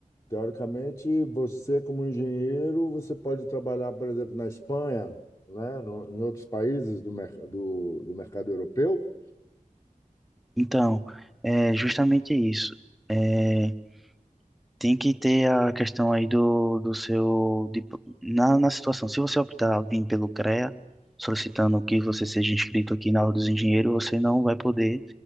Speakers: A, on the left (about 30°); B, in the centre.
A: Teoricamente, você como engenheiro, você pode trabalhar, por exemplo, na Espanha, né? No, em outros países do, mer do, do mercado europeu.
B: Então, é justamente isso. É, Tem que ter a questão aí do, do seu. dip- na, na situação, se você optar vir pelo CREA, solicitando que você seja inscrito aqui na Ordem dos Engenheiros, você não vai poder